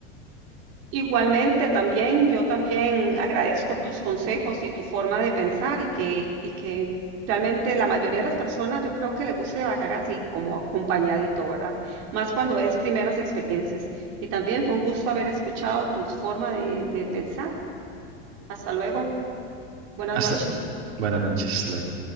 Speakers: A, on the right; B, on the right.
A: Igualmente, también, yo también agradezco tus consejos y tu forma de pensar y que, y que realmente la mayoría de las personas yo creo que les gusta viajar así como acompañadito, ¿verdad? Más cuando es primeras experiencias. Y también fue un gusto haber escuchado tu forma de, de pensar. Hasta luego. Buenas
B: Hasta
A: noches.
B: buenas noches. Hasta luego.